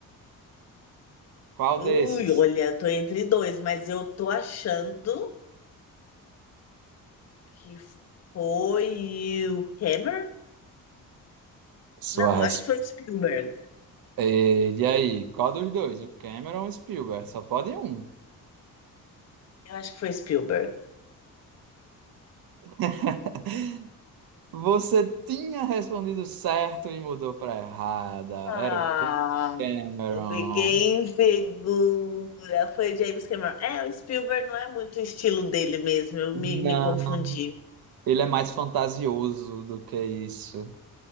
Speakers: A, on the right (about 75°); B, on the left (about 45°).
A: Qual
B: Ui,
A: desses?
B: olha, tô entre dois, mas eu tô achando que foi o Hammer?
A: Sua
B: Não,
A: resposta.
B: acho que foi o Spielberg.
A: E aí, qual dos dois? O Cameron ou o Spielberg? Só pode um.
B: Eu acho que foi Spielberg.
A: <laughs> Você tinha respondido certo e mudou para errada.
B: Ah,
A: Era o Ca- Cameron.
B: eu fiquei insegura. Foi James Cameron. É, o Spielberg não é muito o estilo dele mesmo. Eu
A: Não.
B: me, me confundi.
A: Ele é mais fantasioso do que isso.